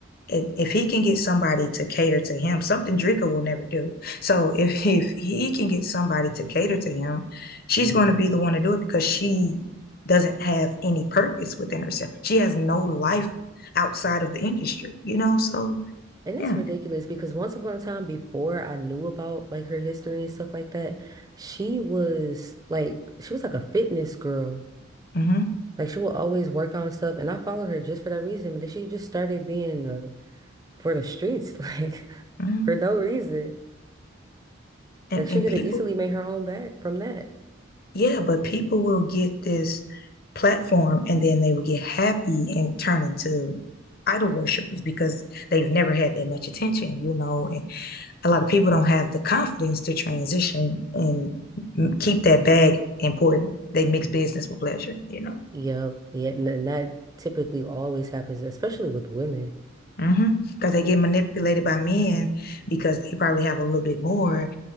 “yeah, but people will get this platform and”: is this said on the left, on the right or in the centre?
Left